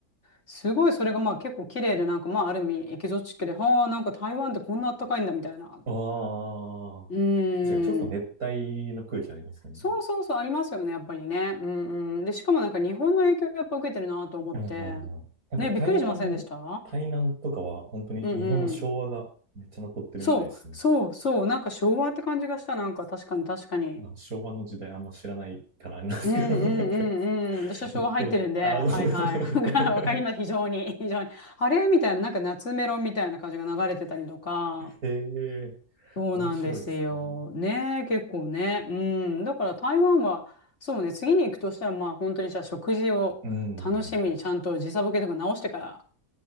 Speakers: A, on the left; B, on the right.
A: すごいそれがまあ結構綺麗で、なんかまあある意味エキゾチックで、はあ、なんか台湾ってこんなあったかいんだみたいな。
B: ああ、
A: うーん。
B: 確かにちょっと熱帯の空気ありますもんね。
A: そうそうそう、ありますよね、やっぱりね。うんうん。で、しかもなんか日本の影響やっぱ受けてるなと思って。
B: うんうんうん。なんか台南、
A: ね、びっくりしませんでした
B: 台南とかは本当に日本の昭和がめっちゃ残ってるみたいですね。
A: うんうん。そう、そうそう、なんか昭和って感じがした、なんか確かに確かに。
B: まあ、昭和の時代あんま知らないからあれなんですけど、
A: うんうんう
B: <laughs> なんか、
A: んうん。私は昭和入ってるんで、
B: 行ってみたい。あ、
A: はいはい。
B: そうです。<laughs>
A: <laughs> わかります、非常に、非常に。あれみたいな、なんか夏メロみたいな感じが流れてたりとか。
B: ええ
A: そうなんですよ。
B: 面白いですね。
A: ねえ、結構ね。うん。だから台湾は、そうね、次に行くとしたら、まあ本当にじゃあ食事を楽しみにちゃんと時差ボケとか直してから。
B: うん。